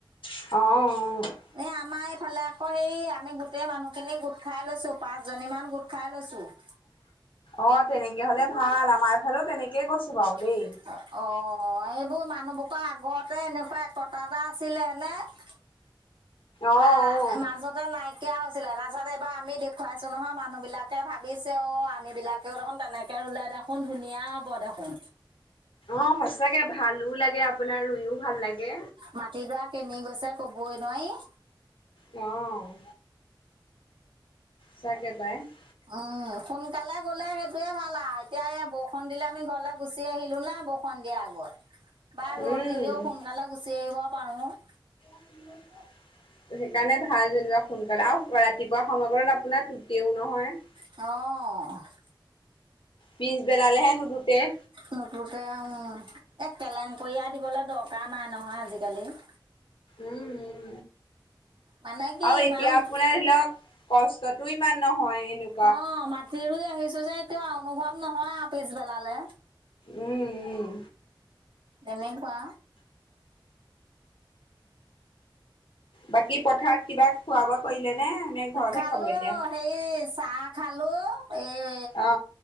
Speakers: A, on the left; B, on the right.
A: অঁ-অঁ।
B: এ আমাৰ এইফালে আকৌ হেই আমি গোটেই মানুহখিনি গোট খাই লৈছোঁ, পাঁচজনী মান গোট খাই লৈছোঁ। <inaudible>
A: অঁ তেনেকে হলে ভাল। আমাৰ এইফালেও তেনেকেই গৈছোঁ বাৰু। দেই
B: <unintelligible> অঁ-অঁ এইবোৰ মানুহবোৰ আগতে এনেকুৱা একটা এটা আছিলে নে <unintelligible>
A: অ',
B: আহ
A: অ'।
B: মাজত <inaudible> নাইকিয়া হৈছিলে তাৰপিছত এইবাৰ আমি দেখুৱাইছো নহয় মানুহবিলাকে ভাবিছে অ আমি বিলাক <inaudible> <unintelligible> দেখোন তেনেকে ৰুলে দেখোন ধুনীয়া হ'ব দেখোন।
A: অঁ সচাকে ভালো লাগে, আপোনাৰ ৰুইও ভাল লাগে।
B: মাটি যাক <unintelligible> কেনি গৈছে কবই নোৱাৰি। <inaudible>
A: অঁ <unintelligible> সচাকে পায়। <inaudible>
B: উম সোনকালে গ'লে সেইটোৱেই ভাল আৰু এতিয়া এই বৰষুণ দিলে আমি ঘৰলৈ গুচি আহিলো নাই বৰ <unintelligible> বৰষুণ দিয়া আগত বা
A: উম
B: ৰ'দ দিলেও সোনকালে গুচি আহিব পাৰোঁ। <unintelligible>
A: উম <unintelligible> সেইকাৰণে ভাল যেনিবা সোনকালে আৰু ৰাতিপুৱা সময়কণ আপোনাৰ টুটৈও নহয় <unintelligible>
B: অঁ <inaudible>
A: পিছবেলালেহে নোটুটে <unintelligible>
B: নুতোতে উম, এক কেলেংকীয়া দিবলৈ দৰকাৰ নাই নহয় আজিকালি। <inaudible>
A: উম উম
B: মানে কি
A: আৰু এতিয়া
B: ইমান
A: আপ পোনাৰ ধৰি লওক কষ্টতো ইমান নহয় এনোক
B: অ মাটি ৰুই আহিছো যে এতিয়া অনুভৱ নহয় আৰু পিছবেলালে
A: উম উম
B: তেনেকুৱা
A: বাকী পথাৰত কিবা খোৱা বোৱা কৰিলে নে নে ঘৰতহে
B: খালো
A: খাব এতিয়া
B: হেই চাহ খালো এই
A: অ